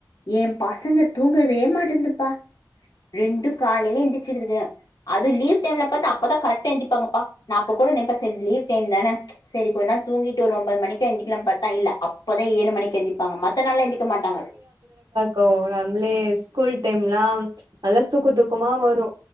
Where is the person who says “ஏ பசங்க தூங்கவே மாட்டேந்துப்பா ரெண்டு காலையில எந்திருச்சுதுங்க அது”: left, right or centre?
Left